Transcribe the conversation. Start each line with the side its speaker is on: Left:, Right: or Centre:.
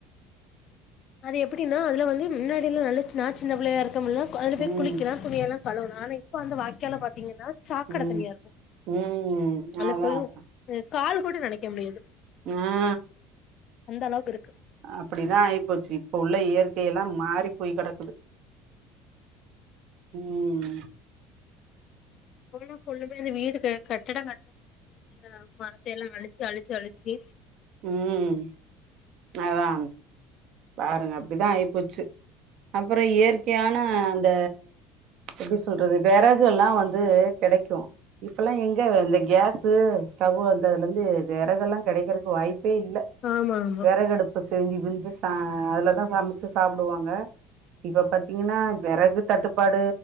Left: அது எப்பிடின்னா அதுல வந்து முன்னாடிலா நல்லா நா சின்ன புள்ளையா இருக்கும் போதுலா அதுல போய்
Right: ம்
Left: குளிக்கலா துணியெல்லா கழுவுவலா ஆனா இப்ப அந்த வாய்க்கால பாத்தீங்கன்னா சாக்கட
Right: ம்
Left: தண்ணியா இருக்கு
Right: ம்
Left: அதுல
Right: அதா
Left: போய்
Right: அதா
Left: கால் கூட நெனைக்க முடியாது
Right: ந
Left: அந்த அளவுக்கு இருக்கு
Right: அப்படிதா ஆயிப்போச்சு இப்ப உள்ள இயற்கையெல்லா மாறி போய் கெடக்குது ம்
Left: கொழு கொழுன்னு இந்த வீடுக்கு கட்டடோ கட் அ பணத்தையெல்லா அழிச்சு அழிச்சு அழிச்சு
Right: ம் அதா பாருங்க அப்படிதா ஆயிப்போச்சு அப்புறோ இயற்கையான அந்த எப்படி சொல்றது வெறகுலா வந்து கெடைக்கு இப்பலா எங்க இந்த கேஸு ஸ்டவ்வு வந்ததுல இருந்து வெரகெல்லா கெடைக்குறதுக்கு வாய்ப்பே இல்ல
Left: ஆமா ஆமா
Right: வெறகடுப்பு இப்ப செஞ்சு விஞ்சு ச அதுலதா சமைச்சு சாப்பிடுவாங்க இப்ப பாத்தீங்கன்னா வெறகு தட்டுப்பாடு